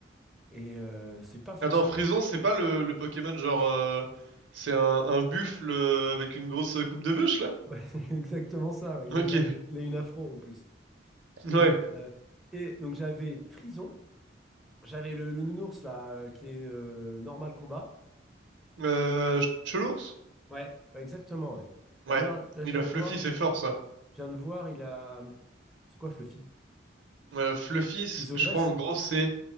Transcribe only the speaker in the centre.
Et euh, c'est pas forcément...
Ouais, <laughs> c'est exactement ça, ouais, Il
a une, a- il a une afro en plus.
Et, et donc j'avais Frison, j'avais le, le nounours là, euh, qui est euh, normal combat.
Ouais, ouais, exactement, ouais.
D'ailleurs, là, je viens
de
voir,
je viens de voir, il a... euh, C'est quoi Fluffy?
Isogresse?